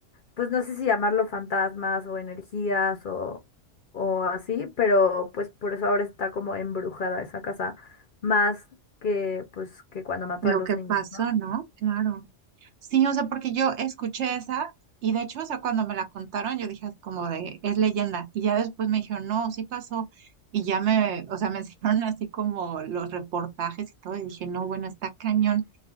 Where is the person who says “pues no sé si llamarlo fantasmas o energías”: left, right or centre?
Left